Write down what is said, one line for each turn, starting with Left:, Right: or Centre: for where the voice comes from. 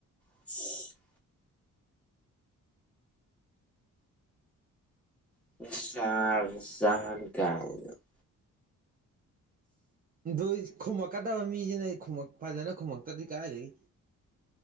Centre: <inaudible> <unintelligible> <unintelligible> <unintelligible>
Right: ꯑꯗꯨ ꯏꯁ ꯈꯨꯝꯃꯛꯀꯗꯕ ꯃꯤꯁꯤꯅ ꯈꯨꯝꯃꯛ ꯐꯖꯅ ꯈꯨꯝꯃꯛꯛꯇ꯭ꯔꯗꯤ ꯀꯗꯥꯥꯏꯗꯒꯤ